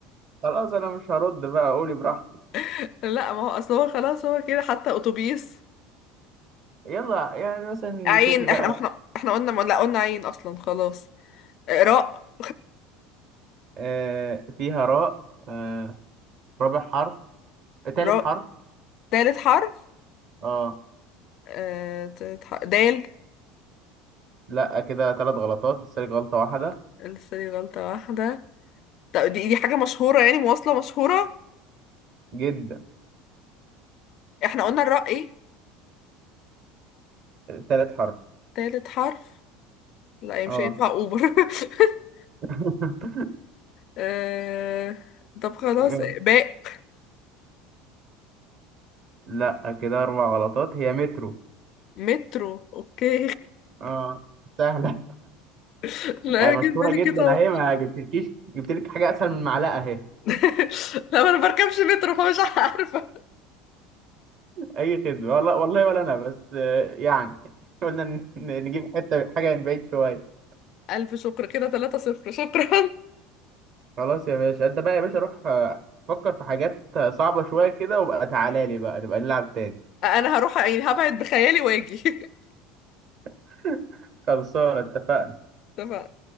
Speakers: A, on the right; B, on the left.
A: خلاص انا مش هرد بقى قولي براحتك
B: <laughs> لا ما هو اصل هو خلاص هو كده حتى اتوبيس
A: يلا يعني مثلا
B: عين
A: شوفي بقى
B: احنا احنا احنا قلنا ما لا قلنا عين اصلا خلاص آه، راء
A: آه، فيها راء آه، رابع حرف آه، تالت
B: راء
A: حرف
B: تالت حرف
A: اه
B: آه، تالت حرف دال
A: لا كده ثلاث غلطات لسه لك غلطة واحدة
B: لسه لي غلطة واحدة طب دي دي حاجة مشهورة يعني مواصلة مشهورة
A: جدا
B: احنا قلنا الراء ايه
A: ثالث حرف
B: تالت حرف لا هي
A: اه
B: مش هينفع اوبر <laughs>
A: <laughs>
B: آه، طب خلاص
A: يلا
B: باء
A: لا كده اربع غلطات هي مترو
B: مترو اوكي
A: اه سهلة
B: <laughs> لا
A: <laughs> يعني
B: انا
A: مشهورة
B: جه في بالي
A: جدا
B: قطار
A: اهي ما جبتلكيش جبتلك حاجة اسهل من معلقة اهي
B: <laughs> لا ما انا بركبش مترو فمش عارفة
A: اي خدمة والله والله ولا انا بس آه، يعني <laughs> قلنا ن- ن- نجيب حتة حاجة من بعيد شوية
B: الف شكر كده 3 صفر شكرا
A: خلاص يا باشا انت بقى يا باشا روح آه، فكر في حاجات آه، صعبة شوية كده وبقى تعالى لي بقى نبقى نلعب تاني
B: انا هروح يعني هبعد بخيالي واجي <laughs>
A: <laughs> خلصانة اتفقنا
B: طبعا